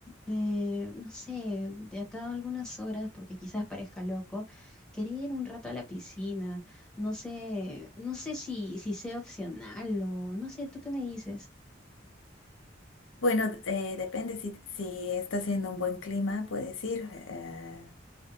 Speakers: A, in the centre; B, on the left.
A: eh, no sé, de acá a algunas horas, porque quizás parezca loco, quería ir un rato a la piscina. No sé, no sé si, si sea opcional o no sé, ¿tú qué me dices?
B: Bueno, eh, depende si, si está haciendo un buen clima, puedes ir. eh,